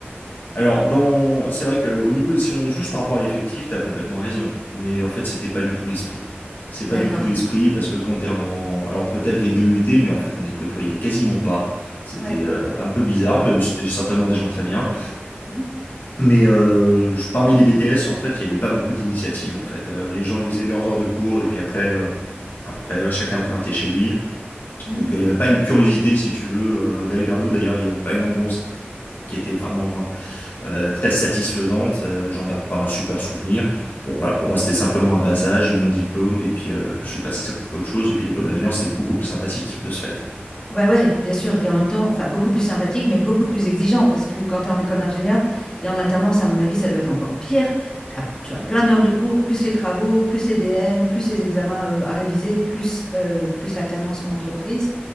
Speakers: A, on the left; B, on the left.
A: Alors, dans, c'est vrai que au niveau, si on juge par rapport à l'effectif, t'as complètement raison. Mais en fait, c'était pas du tout l'esprit. C'est pas
B: D'accord.
A: du tout l'esprit parce que quand t'es en, alors peut-être les deux UT, mais en fait, on les côtoyait quasiment pas. C'était
B: Ouais.
A: euh, un peu bizarre, mais c'était certainement des gens très bien.
B: Mhm,
A: Mais euh, je- parmi les BTS, en fait, il y avait pas beaucoup d'initiatives. En fait, Euh, les gens, ils faisaient leurs heures de cours et puis après, euh, après, euh, chacun repartait chez lui.
B: mhm.
A: Donc, euh, il n'y avait pas une curiosité, si tu veux, euh, d'aller vers l'autre. D'ailleurs, il n'y avait pas une ambiance qui était vraiment euh, très satisfaisante. Euh, j'en garde pas un super souvenir. Bon, voilà, pour moi, c'était simplement un passage. J'ai eu mon diplôme et puis euh, je suis passé à autre chose. Et puis, l'école d'ingénieur, c'est beaucoup plus sympathique de ce fait.
B: Ouais, ouais, bien sûr. Et en même temps, enfin, beaucoup plus sympathique, mais beaucoup plus exigeant. Parce que quand tu es en école d'ingénieur et en alternance, à mon avis, ça doit être encore pire. T'as- tu as plein d'heures de cours, plus les travaux, plus les DM, plus les examens euh, à réviser, plus, euh, plus l'alternance en entreprise.